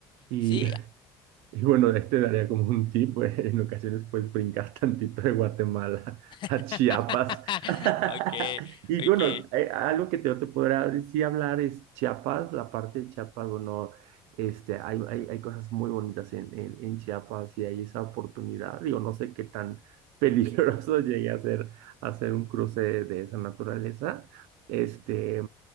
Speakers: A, on the right; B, on the left.
A: Y
B: Sí.
A: <laughs> Y bueno, este daría como un tip, pues, en ocasiones puedes brincar <laughs> tantito de Guatemala
B: <laughs>
A: a Chiapas. <laughs>
B: Okay,
A: Y
B: okay.
A: bueno, eh, algo que te- yo te podrá decir hablar es Chiapas, la parte de Chiapas, bueno, este, hay, hay, hay cosas muy bonitas en, en, en Chiapas y hay esa oportunidad. Digo, no sé qué tan peligroso <laughs> llegue a ser hacer un cruce de esa naturaleza. Este,